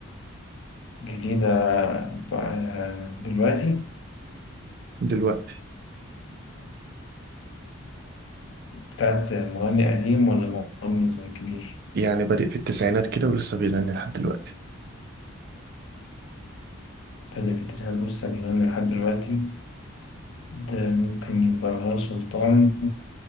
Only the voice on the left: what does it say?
جديدة بقى دلوقتي
بتاعت مغني قديم ولا مغني زي كبير؟
بدأ في التسعينات والسبعينات لحد دلوقتي ده ممكن يبقى بهاء سلطان